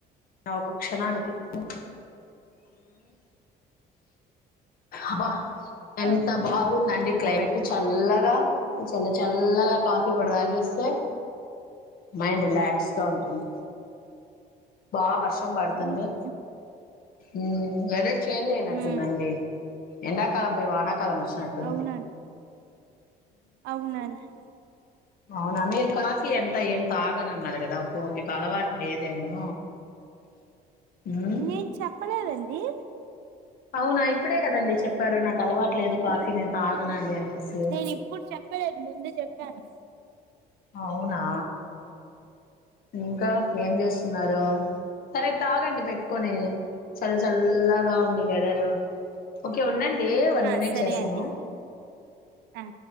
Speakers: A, on the left; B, on the right.
A: నా ఒక క్షణానికి ఊ అబా ఎంత
B: అవు
A: బాగుందండి క్లైమేట్ చల్లగా చల్ల చల్లగా కాఫీ పొడి తాగేస్తే మైండ్ రిలాక్స్ గా ఉంటుంది బా వర్షం పడుతుంది
B: అవును
A: ఊ వెదర్ చేంజ్ అయినట్టుందండి
B: మ్మ్
A: ఎండాకాలం పోయి వానాకాలం వచ్చినట్టుంది
B: అవునండి అవునండి
A: అవునా మీరు కాఫీ ఎంత ఏం తాగనన్నారు కదా మీకు అలవాటు లేదేమో మ్మ్
B: నేను చెప్పలేదండి ది
A: అవునా ఇప్పుడే కదండి చెప్పారు నాకు అలవాటు లేదు కాఫీ నేను తాగనండి అనేసి
B: నేను ఇప్పుడు చెప్పలేదు ముందే చెప్పాను
A: అవునా ఇంకా ఏం చేూస్తున్నారు సరే తాగండి పెట్టుకొని చల్ చల్లగా ఉంది వెదరు ఓకే ఉనండ్ డి వన్
B: ఆ
A: మనిట్
B: సరే
A: చేస్తాను
B: అండి ఆ